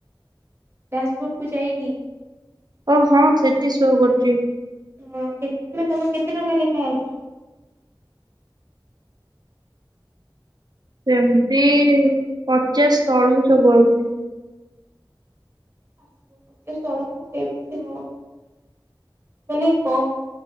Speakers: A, on the right; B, on the right.
A: ଡ୍ୟାସବୋଡ୍ କୁ ଯାଇକି
B: ଓ ହଁ ସେଠି ସୋ କରୁଚି।
A: ହଁ କେତେ ଦିନ ତମ କେତେ ଟଙ୍କା ଲେଖା ଆସୁଚି?
B: ସେମତି ପଚାଶ ତଳୁକୁ ସବୁ ଆଉଚି।
A: ଆସିବ ପଚାଶ ତଳୁକୁ ସେମତି ହଁ ମାନେ କ